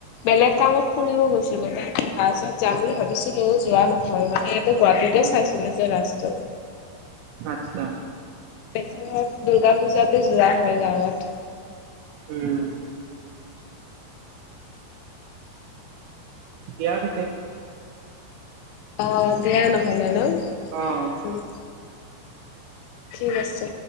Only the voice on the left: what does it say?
বেলেগ কামত ফুৰিব গৈছিলো তাত <unintelligible> যাম বুলি ভাবিছিলো যোৱা নহল মানে- গুৱাহাটীতে
চাইছিলো যে ৰাস্তাত
ধৰক, দুৰ্গা পূজাতে যোৱা হয় গাঁৱত
অ ', দিয়া নহলে ন
উম, ঠিক আছে।